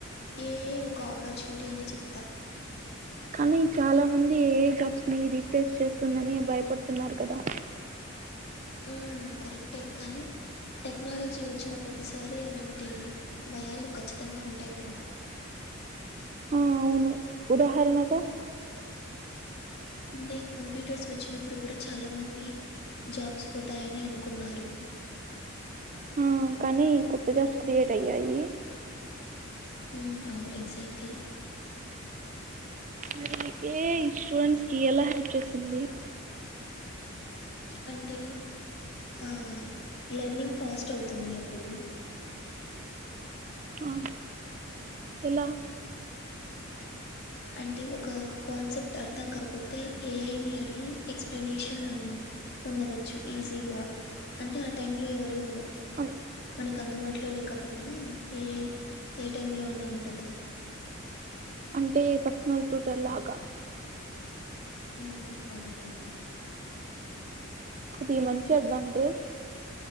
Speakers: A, on the left; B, on the right.
A: ఏఐ ఒక ఆపర్చునిటీ అని చెప్తా
B: కానీ చాలా మంది ఏఐ జాబ్స్ ని రీప్లేస్ చేస్తుందని భయపడుతున్నారు కదా.
A: ఉ కరెక్టే కానీ టెక్నాలజీ వచ్చిన ప్రతిసారి అలాంటి భయాలు ఖచ్చితంగా ఉంటాయి కదా. <inaudible>
B: ఆ అవును ఉదాహరణగా
A: అంటే కంప్యూటర్స్ వచ్చినప్పుడు కూడా చాలా మంది జాబ్స్ పోతాయని అనుకున్నారు
B: ఆ కానీ కొత్త జాబ్స్ క్రియేట్ అయ్యాయి
A: ఉ అవును ఎక్జాక్ట్లీ
B: మరి ఏఐ స్టూడెంట్స్ కి ఎలా హెల్ప్ చేస్తుంది.
A: అంటే ఆ లెర్నింగ్ ఫాస్ట్ అవుతుంది అప్పుడు
B: ఆ ఎలా
A: అంటే ఒక కాన్సెప్ట్ అర్థం కాకపోతే ఏఐ ని అడ్ గి ఎక్స్ప్లనేషన్ మనము పొందవచ్ చ్చు ఈజీగా అంటే ఆ టైమ్ లో ఎవరు
B: అన్-
A: మన అందుబా ట్లో లేకపోయినా ఏఐ ఏ టైమ్ లో అయినా ఉంటుంది కదా.
B: అంటే పర్సనల్ టుటర్ లాగా
A: ఉ అవులానే
B: అది మంచి అడ్వాంటేజ్